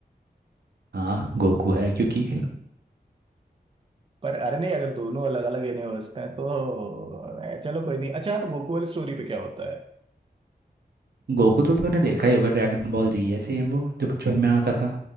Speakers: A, on the right; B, on the right.
A: हाँ गोकू है क्योंकि
B: पर अरे नहीं अगर दोनों अलग अलग यूनिवर्स में हैं, तो अ, चलो कोई नहीं अच्छा तो गोकू वाली स्टोरी पे क्या होता है
A: गोकू तो तूने देखा ही होगा ड्रैगन बॉल जी है सेम वो जो बचपन में आता था